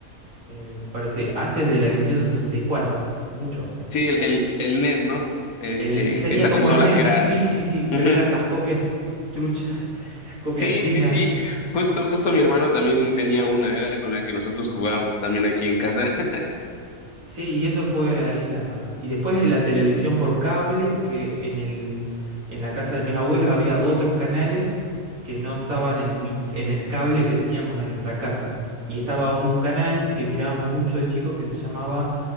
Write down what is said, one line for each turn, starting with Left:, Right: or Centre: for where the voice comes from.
Right: eh, parece, antes de la Nintendo 64, mucho antes.
Left: Sí, el, el, el NES, ¿no? Este,
Right: El, sería
Left: esta
Right: como
Left: consola
Right: el NES,
Left: que era...
Right: sí, sí, sí,
Left: ujú.
Right: pero eran las copias truchas, <laughs> las copias
Left: Sí,
Right: chinas
Left: sí, sí. Justo, justo mi hermano también tenía una, era con la que nosotros jugábamos también aquí en casa. <laughs>
Right: Sí, y eso fue ahí la... Y después de la televisión por cable, que en el, en la casa de mis abuelos había otros canales que no estaban en mi, en el cable que teníamos en nuestra casa. Y estaba un canal que mirábamos mucho de chicos que se llamaba...